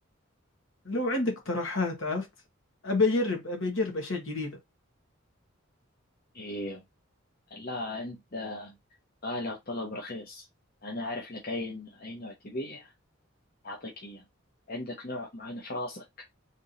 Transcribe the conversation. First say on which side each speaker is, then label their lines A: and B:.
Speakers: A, on the left (about 65°); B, on the left (about 45°).
A: عندك اقتراحات عرفت أبي أجرب أبي أجرب أشياء جديدة
B: ايوه لا أنت غالي الطلب رخيص أنا أعرف لك أي أي نوع تبيه أعطيك إياه عندك نوع معين في راسك